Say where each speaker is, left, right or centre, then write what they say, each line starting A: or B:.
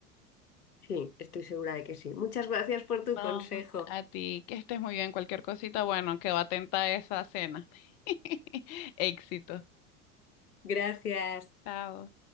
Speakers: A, on the left (about 75°); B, on the left (about 25°).
A: sí, estoy segura de que sí. Muchas gracias por tu
B: No,
A: consejo.
B: a ti, que estés muy bien. Cualquier cosita, bueno, quedo atenta a esa cena. <laughs> Éxito.
A: Gracias.
B: Chao.